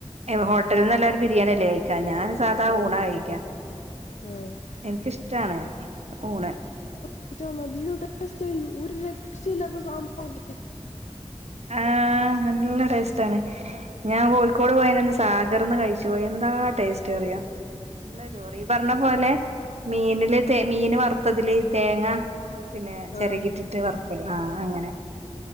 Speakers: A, on the right; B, on the left.
A: ഹോട്ടൽന്നല്ലാരും ബിരിയാണി അല്ലേ കയിക്കാ ഞാൻ. സാധാ
B: ആഹ്
A: ഊണ കഴിക്ക
B: ആഹ്
A: എനിക്കിഷ്ടാണ് ഊണ്.
B: എന്ന് വെച്ച നല്ലടേസ്റ്റ് അയ്യോ ഒരു രക്ഷയില്ലാത്ത സാമ്പാറൊക്കെ.
A: ആഹ് നല്ല ടേസ്റ്റ് ആണ്. ഞാൻ കോഴിക്കോട് പോയന്ന് സാഗർന്ന് കഴിച്ചു പോയി. എന്താ ടേസ്റ്റ് അറിയോ. നല്ല ചോറ് ഈ പറഞ്ഞ പോലെ മീനില് ത മീന് വറുത്തതില് തേങ്ങ. പിന്നെ ചെരകിട്ടിട്ട്
B: ആഹ്
A: വറ്ക്കൊല്ലോ ആ അങ്ങനെ.